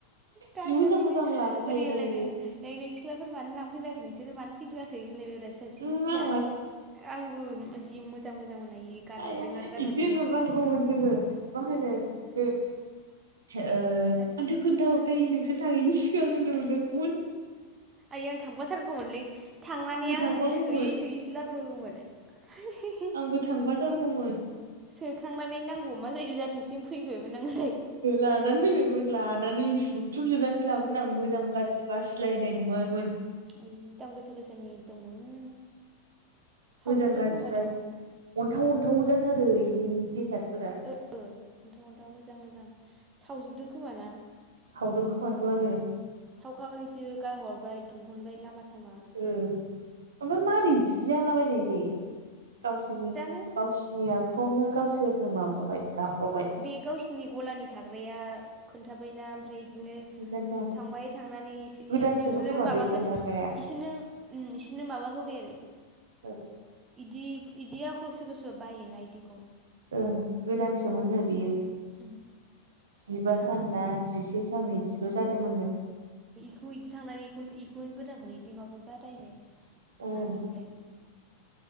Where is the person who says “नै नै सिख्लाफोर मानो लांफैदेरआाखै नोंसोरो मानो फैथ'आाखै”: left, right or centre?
Right